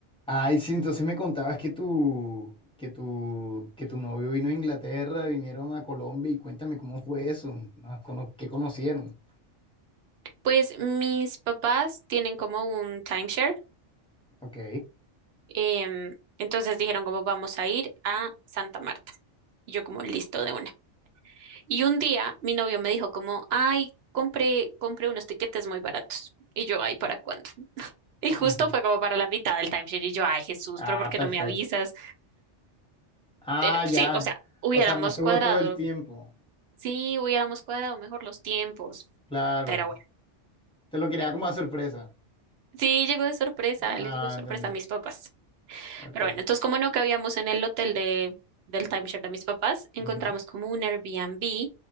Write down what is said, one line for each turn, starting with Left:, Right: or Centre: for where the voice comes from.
Centre: Ay, sí, entonces me contabas que tu, que tu, que tu novio vino a Inglaterra, vinieron a Colombia y cuéntame cómo fue eso, ah, cono- qué conocieron.
Right: Pues mis papás tienen como un timeshare,
Centre: Ok.
Right: em, entonces dijeron como vamos a ir a Santa Marta. Y yo como listo de una. Y un día mi novio me dijo como, ay, compré, compré unos tiquetes muy baratos. Y yo, ay, ¿para cuándo? Y justo
Centre: Ujú.
Right: fue como para la mitad del timeshare. Y yo, ay, Jesús,
Centre: Ah,
Right: pero ¿por qué
Centre: perfecto.
Right: no me avisas?
Centre: Ah,
Right: Pero
Centre: ya.
Right: sí, o sea, hubiéramos
Centre: O sea, no estuvo
Right: cuadrado,
Centre: todo el tiempo.
Right: sí, hubiéramos cuadrado mejor los tiempos.
Centre: Claro.
Right: Pero bueno.
Centre: Te lo quería como a sorpresa.
Right: Sí, llegó de sorpresa,
Centre: Ah,
Right: le llegó de sorpresa
Centre: entendí.
Right: a mis papás.
Centre: Ok.
Right: Pero bueno, entonces como no cabíamos en el hotel de, del timeshare de mis papás, encontramos
Centre: Ujú.
Right: como un Airbnb